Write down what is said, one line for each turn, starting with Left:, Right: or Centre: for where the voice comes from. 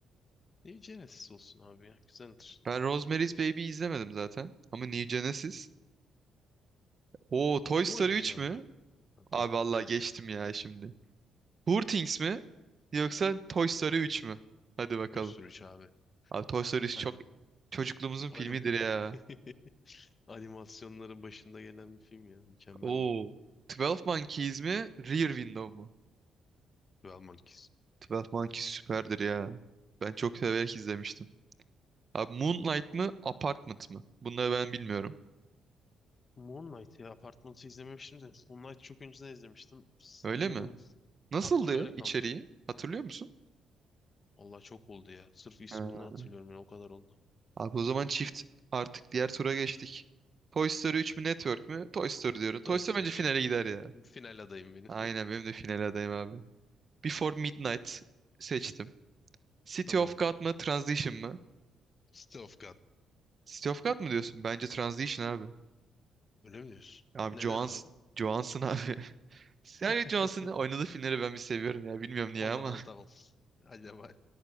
Left: Niye Genesis olsun abi ya? Güzeldir.
Right: Ben Rosemary's Baby izlemedim zaten. Ama New Genesis. O Toy
Left: Kim
Right: Story
Left: oynuyordu
Right: 3
Left: yanında?
Right: mü?
Left: Hatta
Right: Abi vallahi
Left: neyse.
Right: geçtim ya şimdi. Poor Things mi? Yoksa Toy Story 3 mü? Hadi bakalım.
Left: Toy Story üç abi.
Right: Abi Toy Story çok
Left: Hani,
Right: çocukluğumuzun
Left: hani...
Right: filmidir ya.
Left: <laughs> Animasyonların başında gelen bir film ya. Mükemmeldi.
Right: Oo. Twelve Monkeys mi? Rear Window mu?
Left: Well Monkeys.
Right: Twelve Monkeys süperdir ya. Ben çok severek izlemiştim. Abi Moonlight mı? Apartment mı? Bunları ben bilmiyorum.
Left: Moon Knight ya Apartman'ı izlememiştim de. Moon Knight çok önceden izlemiştim. Sanırım
Right: Öyle mi? Nasıldı
Left: aklımda öyle
Right: ya
Left: kalmış.
Right: içeriği? Hatırlıyor musun?
Left: Allah çok oldu ya. Sırf ismini
Right: Ha.
Left: hatırlıyorum yani o kadar oldu.
Right: Abi o zaman çift artık diğer tura geçtik. Toy Story 3 mü Network mü? Toy Story diyorum. Toy
Left: Toy
Right: Story
Left: Story.
Right: bence finale gider ya.
Left: üç. Final adayım benim.
Right: Aynen benim de finale adayım abi. Before Midnight seçtim.
Left: <laughs>
Right: City
Left: Tamam.
Right: of God mı? Transition mı?
Left: City of God.
Right: City of God mı diyorsun? Bence Transition abi.
Left: Öyle mi diyorsun?
Right: Abi
Left: Neden
Right: Johansson,
Left: abi?
Right: Johansson abi. <laughs> Scarlett
Left: <laughs>
Right: Johansson'ın oynadığı filmleri ben bir seviyorum ya. Bilmiyorum niye
Left: O
Right: ama.
Left: zaman tamam. Acaba